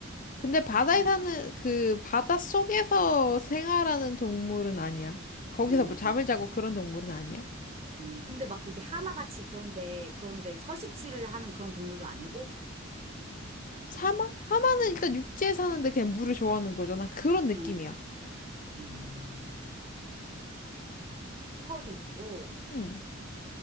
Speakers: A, on the left; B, on the right.
A: 근데 바다에
B: 있다만.
A: 사는, 그, 바다 속에서 생활하는 동물은 아니야. 거기서
B: 응, 응.
A: 뭐 잠을 자고
B: 응.
A: 그런 동물은 아니야.
B: 응. 근데 막 그게 하마같이 그런데, 그런데 서식지를 하는 그런 동물도 아니고,
A: 사마? 하마는 일단 육지에 사는데 그냥 물을 좋아하는 거잖아. 그런 느낌이야.
B: 응. 응. 음, 털이 있고,
A: 음.